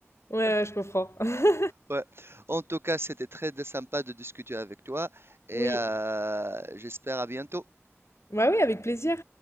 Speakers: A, on the left; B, on the right.
A: Ouais, ouais, je comprends. <laughs>
B: Ouais. En tout cas, c'était très sympa de discuter avec toi et
A: Oui.
B: euh, j'espère à bientôt.
A: Ouais, oui, avec plaisir.